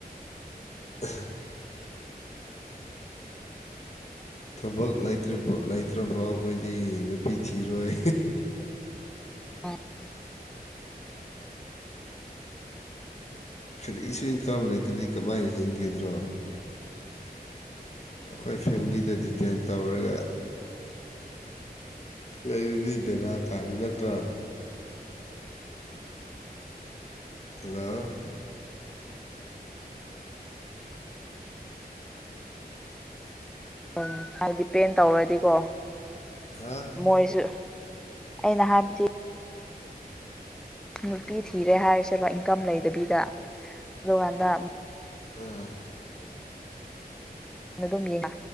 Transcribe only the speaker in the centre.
ꯑ
ꯎꯝ ꯍꯥꯏꯗꯤ ꯄꯦꯟ ꯇꯧꯔꯗꯤꯀꯣ
ꯃꯣꯏꯁꯨ ꯑꯩꯅ ꯍꯥꯏꯕꯗꯤ ꯅꯨꯄꯤ ꯊꯤꯔꯦ ꯍꯥꯏꯔꯤꯁꯦꯕ ꯏꯟꯀꯝ ꯂꯩꯗꯕꯤꯗ ꯑꯗꯨꯀꯥꯟꯗ
ꯑꯗꯨꯝ ꯌꯦꯡꯉ